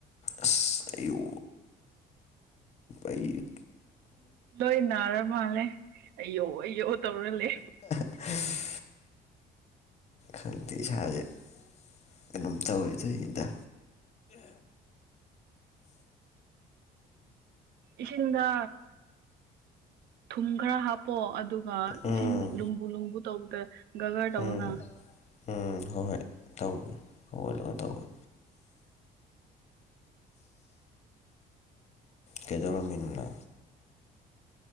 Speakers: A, on the left; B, on the right.
A: ꯑꯁ ꯑꯌꯨ ꯑꯩꯩ
B: ꯂꯣꯏ ꯅꯥꯔ ꯃꯥꯜꯂꯦ ꯑꯩ ꯌꯣꯛꯑꯣ ꯌꯣꯛꯑꯣ ꯇꯧꯔꯂꯦ
A: <unintelligible> ꯈꯪꯗꯦ ꯏꯁꯥꯁꯦ ꯀꯩꯅꯣꯝ ꯇꯧꯋꯦꯗꯗ
B: ꯏꯁꯤꯡꯗ ꯊꯨꯝ ꯈꯔ ꯍꯥꯞ ꯄꯣ ꯑꯗꯨꯒ
A: ꯎꯝ
B: ꯏꯁꯤꯡ ꯂꯨꯝꯕꯨ ꯂꯨꯝꯕꯨ ꯇꯧꯕꯗ ꯒꯒꯔ ꯇꯧꯑꯣꯅ
A: ꯎꯝ ꯎꯝ ꯍꯣꯏ ꯍꯣꯏ ꯇꯧꯒꯦ ꯍꯜꯂ ꯇꯧꯒꯦ ꯀꯦꯗꯧꯔꯃꯤꯅꯅ